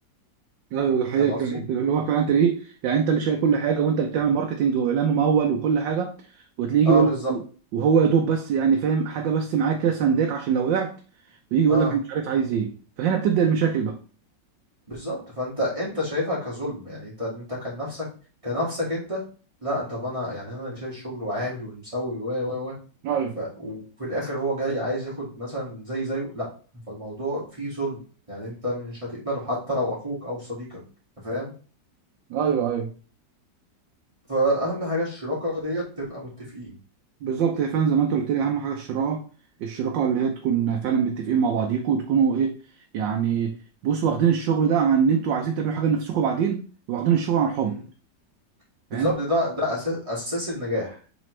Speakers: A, on the right; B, on the right.
A: ايوه ده حقيقه
B: فاهم قصدي
A: فعلا أنت- اللي هو فعلا انت ايه يعني انت اللي شايل كل حاجه وانت اللي بتعمل ماركتنج واعلان ممول وكل حاجه وتلاقيه
B: اه
A: يقول
B: بالظبط
A: وهو يا دوب بس يعني فاهم حاجه بس معاه كده سنداك عشان لو وقعت ويجي يقول
B: اه
A: لك أنا مش عارف عايز ايه فهنا بتبدا المشاكل بقى
B: بالظبط فانت انت شايفها كظلم يعني انت انت كان نفسك كنفسك انت لا انت طب انا يعني انا اللي شايل الشغل وعامل ومسوي و و و
A: ايوه
B: ف وفي الاخر هو جاي عايز ياخد مثلا زي زيه لا فالموضوع فيه ظلم يعني انت مش هتقبله حتى لو اخوك او صديقك أنت فاهم
A: ايوه ايوه
B: فأهم حاجة الشراكة ديت تبقى متفقين
A: بالظبط هي فعلا زي ما انت قلت لي اهم حاجه الشراكه الشراكه اللي هي تكون فعلا متفقين مع بعضيكوا وتكونوا ايه يعني بصوا واخدين الشغل ده عن ان انتوا عايزين تعملوا حاجه لنفسكم بعدين واخدين الشغل عن حب
B: مم.
A: فاهم
B: بالظبط ده ده أساس أساس النجاح